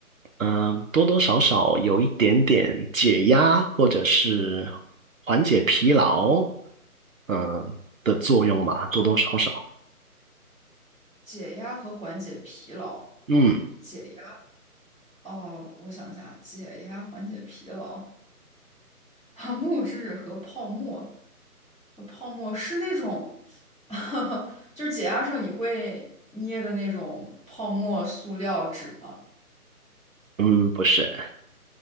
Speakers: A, on the right; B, in the centre.
A: 嗯，多多少少有一点点解压或者是缓解疲劳，嗯的作用吧，多多少少。
B: 解压和缓解疲劳。
A: 嗯
B: 解压。哦，我想一下，解压缓解疲劳啊，木质和泡沫，我泡沫是那种，<laughs> 就是解压的时候你会捏的那种泡沫塑料纸吗？
A: 嗯，不是，